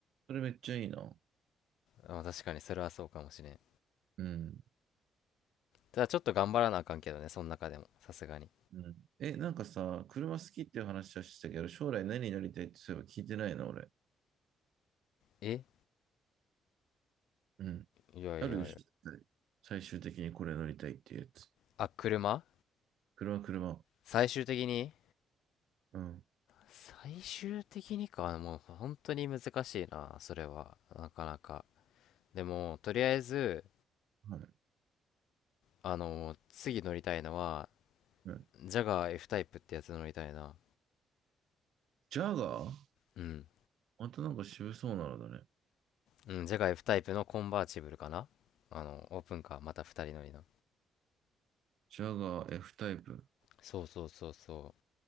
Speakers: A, on the right; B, on the left.
A: それめっちゃいいな。
B: まあ確かに、それはそうかもしれん。
A: うん。
B: ただちょっと頑張らなあかんけどね、その中でも。さすがに。
A: うん。え、なんかさ、車好きっていう話はしてたけど、将来何になりたいってそういえば聞いてないな、俺。
B: え
A: うん。
B: いやいやいや。
A: あるでしょ、絶対最終的にこれ乗りたいっていうやつ。
B: あ、車
A: 車、車。
B: 最終的に
A: うん。
B: 最終的にか、もう本当に難しいな、それは。なかなか。でも、とりあえず、
A: はい。
B: あの、次乗りたいのは、
A: うん、
B: ジャガー F タイプってやつ乗りたいな。
A: ジャガー
B: うん。
A: またなんか渋そうなのだね。
B: うん、ジャガー F タイプのコンバーチブルかなあの、オープンカー、また2人乗りの。
A: ジャガー F タイプ。
B: そうそうそうそ